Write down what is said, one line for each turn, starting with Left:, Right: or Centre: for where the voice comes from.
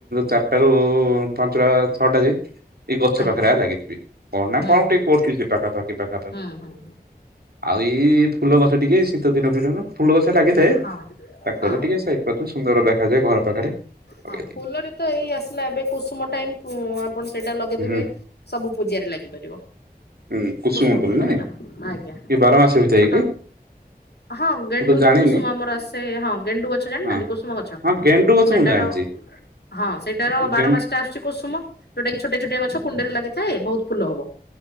Right: ଚାରିଟାରୁ ପାଞ୍ଚଟା ଛଟା ଯାଇ ଏଇ ଗଛ
Left: ଆଜ୍ଞା
Right: ପାଖରେ ହେଲାକି କଣ ନା
Left: ହୁଁ
Right: କଣ
Left: ହୁଁ
Right: ଟିକେ କରୁଥିବ ପାଖାପାଖି ପାଖାପାଖି
Left: ହୁଁ ହୁଁ ହୁଁ,
Right: ଆଉ ଏଇ ଫୁଲ ଗଛ ଟିକେ ଶୀତ ଫିତ ଦିନ ଫୁଲ ଗଛ ଲାଗିଥାଏ।
Left: ହଁ
Right: ତାକୁ
Left: ହଁ
Right: ହେଲେ ଟିକେ ସାଇଜ୍‌କରି ଦଉ ସୁନ୍ଦର ଦେଖାଯାଏ ଘର ପାଖରେ ଲଗେଇି।
Left: ହଁ ଫୁଲରେ ତ ଏଇ ଆସିଲା ଏବେ କୁସୁମ ଟାଇମ୍ ଆପଣ ସେଇଟା ଲଗେଇଦେବେ
Right: ହୁଁ
Left: ସବୁ ପୂଜରେ ଲାଗିପାରିବ।
Right: ହୁଁ କୁସୁମ
Left: କୁଷ୍ମ ଫୁଲ
Right: ନାଇଁ
Left: ହେଲା ଆଜ୍ଞା
Right: ଇଏ ବାର ମାସି ହୋଇଥାଏ
Left: ଛୋଟ
Right: କି
Left: ହଁ ଗେଣ୍ଡୁ
Right: ମୁଁ ତ ଜାଣିନି
Left: ଯୋଉ କୁସୁମ ଆମର ଆସେ ହଁ ଗେଣ୍ଡୁ ଗଛ ଜାଣିନାହାନ୍ତି
Right: ହଁ
Left: କୁୁସୁମ ଗଛ
Right: ହଁ ଗେଣ୍ଡୁ ଗଛ
Left: ସେଇଟାର
Right: ମୁଁ ଜାଣିଛି
Left: ହଁ ସେଇ ଟାର ବାର
Right: ଗେଣ୍ଡୁ
Left: ମା ଗୋଟେ ଆସୁଛି କୁସୁମ ଯୋଉଟା କି ଛୋଟିଆ ଛୋଟିଆ ଗଛ କୁଣ୍ଡ ରେ ଲାଗିଥାଏ ବହୁତ ଫୁଲ ହବ।